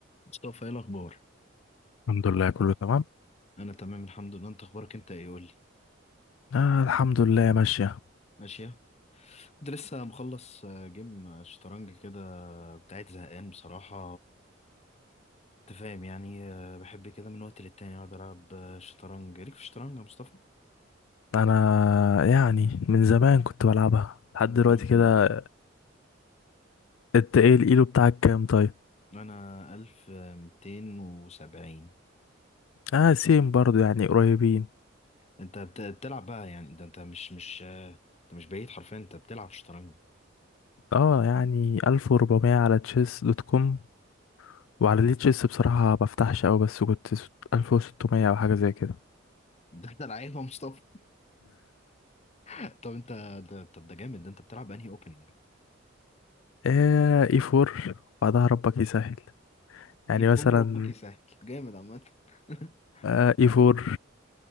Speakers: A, on the left; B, on the left.
A: مصطفى ايه الاخبار
B: الحمد لله كله تمام
A: انا تمام الحمد لله انت اخبارك انت ايه قول لي
B: آه الحمد لله ماشية
A: ماشيه انت لسه مخلص آه، جيم آه، شطرنج كده بتاعت زهقان بصراحه انت فاهم يعني آه، بحب كده من وقت للتاني اقعد العب آه، شطرنج ليك في الشطرنج يا مصطفى
B: أنا يعني من زمان كنت بلعبها لحد
A: من
B: دلوقتي
A: زمان
B: كده انت ايه الإيلو بتاعك كام طيب؟
A: انا 1270
B: اه سيم برضو يعني قريبين
A: انت بت- بتلعب بقى يعني ده انت مش مش آه، انت مش بعيد حرفيا انت بتلعب شطرنج
B: اه يعني ألف وربعمية على تشيس دوت كوم وعلى ليه تشيس بصراحة ما بفتحش أوي بس كنت ألف وستمية أو حاجة زي كده
A: <laughs> ده انت لعيب يا مصطفى <laughs> طب انت ده طب ده جامد ده انت بتلعب انهي اوبننج
B: آه اي فور بعدها ربك يسهل يعني
A: اي
B: مثلا
A: 4 ربك يسهل جامد عامه <laughs>
B: آه اي فور